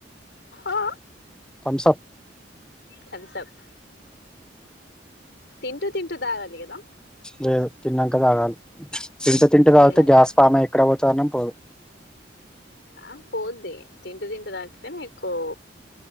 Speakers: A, on the left (about 65°); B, in the centre.
A: ఆఆ
B: థమ్సప్
A: తంసప్ తింటూ తింటూ తాగాలి గదా
B: లేదు తిన్నాక తాగాలి తింటు తింటు తాగితే
A: ఏమో
B: గ్యాస్ ఫమై ఎక్కడ పోతది అన్నం పోదు
A: ఆ పోద్ది తింటూ తింటూ తాగుతేనే ఎక్కువ్